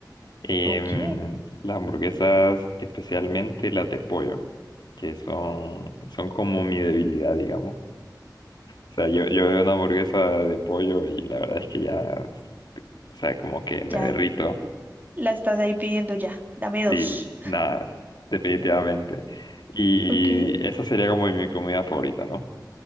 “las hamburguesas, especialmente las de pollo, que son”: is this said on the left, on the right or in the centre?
Left